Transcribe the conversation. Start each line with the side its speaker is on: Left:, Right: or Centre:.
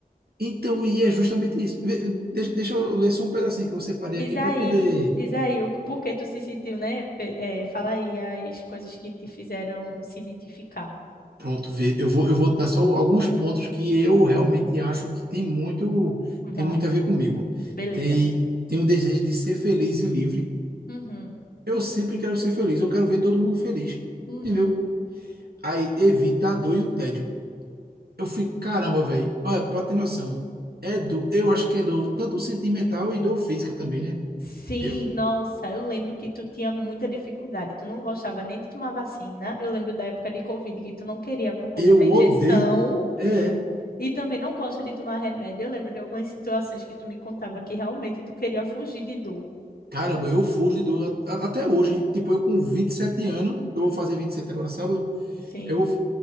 Right: então, e é justamente isso. Vê, Deixa, deixa eu ler só um pedacinho que eu separei
Left: Diz
Right: aqui
Left: aí,
Right: para poder.
Left: diz aí o que, por que tu se sentiu, né? Pe- eh, fala aí as coisas que te fizeram se identificar.
Right: Pronto, ver. Eu vou, eu vou dar só alguns pontos que eu realmente acho que tem muito, tem
Left: Vai,
Right: muito a ver comigo.
Left: beleza.
Right: Tem, tem o desejo de ser feliz e livre.
Left: Uhum,
Right: Eu sempre quero ser feliz. Eu quero ver todo mundo feliz.
Left: uhum.
Right: Entendeu? Aí evita a dor e o tédio. Eu fico, caramba, velho. Olha, pra ter noção. É dor, eu acho que é dor tanto sentimental e dor física também, né?
Left: Sim,
Right: Eu.
Left: nossa, eu lembro que tu tinha muita dificuldade. Tu não gostava nem de tomar vacina. Eu lembro da época de Covid que tu não queria por conta
Right: Eu
Left: da injeção
Right: odeio. É,
Left: e também não gosta de tomar remédio. Eu lembro de algumas situações que tu me contava que realmente tu queria fugir de dor.
Right: caramba, eu fujo do. a- a- Até hoje, tipo, eu com 27 anos, eu vou fazer 27 agora sábado,
Left: Sim,
Right: eu vou. f-